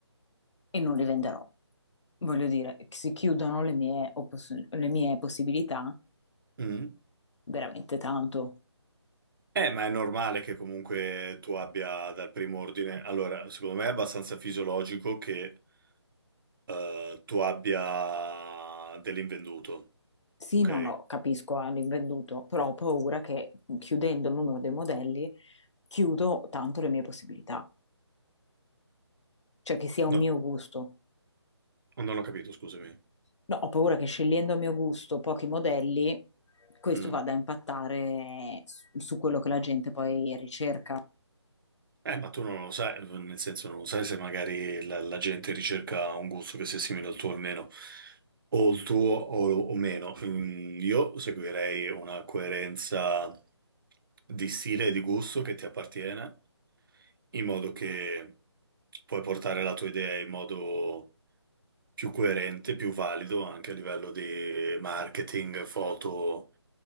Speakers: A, on the left (about 80°); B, on the right (about 50°).
A: e non li venderò. Voglio dire, si chiudono le mie, oppos- le mie possibilità
B: Mm.
A: veramente tanto.
B: Eh, ma è normale che comunque tu abbia dal primo ordine. Allora, secondo me è abbastanza fisiologico che eh, tu abbia dell'invenduto,
A: Sì,
B: ok?
A: no, no, capisco, ah, l'invenduto, però ho paura che chiudendo il numero dei modelli chiudo tanto le mie possibilità, cioè che sia un
B: No,
A: mio gusto.
B: non ho capito, scusami.
A: No, ho paura che scegliendo a mio gusto pochi modelli, questo
B: Mm.
A: vada a impattare su su quello che la gente poi ricerca.
B: Eh, ma tu non lo sai, nel senso non lo sai se magari la, la gente ricerca un gusto che sia simile al tuo o meno, o il tuo o, o meno. Mm, io seguirei una coerenza di stile e di gusto che ti appartiene, in modo che puoi portare la tua idea in modo più coerente, più valido anche a livello di marketing, foto,